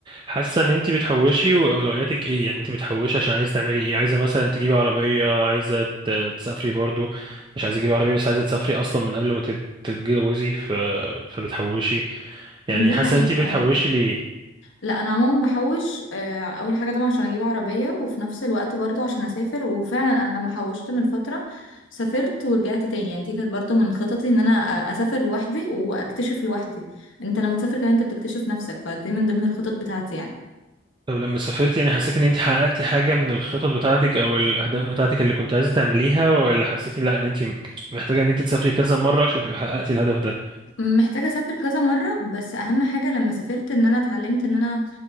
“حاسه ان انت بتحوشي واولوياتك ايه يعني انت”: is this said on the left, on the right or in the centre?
Right